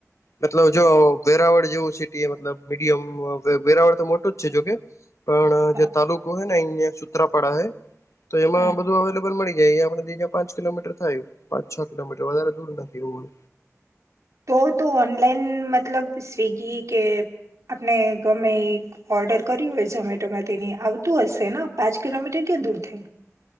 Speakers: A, on the left; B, on the right.
A: મતલબ જો વેરાવળ જેવું સિટીતલબ મીડિયમ વેરાવળ તો મોટું જ છે જોકે પણ
B: હા
A: જે તાલુકો હે ને અહી સુત્રાપાડા હૈ તો એમાં
B: હમ.
A: બધું અવેલેબલ મળી. કે અહીયા આપડીયાં પાંચ કિલોમીટર થાયું પાંચ છ કિલોમીટર વધારે દૂર નથી એ
B: તો તો ઓનલાઈન મતલબ સ્વિગી કે આપણે ગમે ઓર્ડર કર્યું હોય ઝોમેટોમાં તેની આવતું હશે ને પાંચ કિલોમીટર ક્યાં દૂર થઈ.